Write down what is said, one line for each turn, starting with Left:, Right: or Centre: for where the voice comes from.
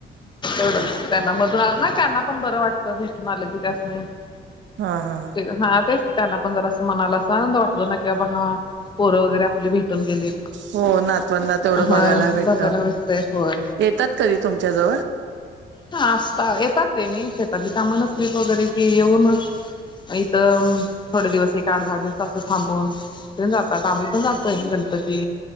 Left: एवढं त्यांना मधून ना त्यांना पण बरं वाटत भेटून आलं की त्याच नाही
Right: हा हा
Left: हा तेच त्यांना पण जरा असं मनाला अस आनंद वाटत ना की बाबा हा पोरं वगैरे आपली भेटून गेलीत
Right: हो नातवांना तेवढं
Left: हा
Right: बघायला भेटतं
Left: बघायला विसतय होय
Right: येतात कधी तुमच्याजवळ
Left: हा असता येतात र मी शेतातली कामानचलीत वगैरे कि येऊन इथं थोडे दिवस एक आठ दहा दिवस असं थांबून पण जातात आम्ही पण जातोय गणपती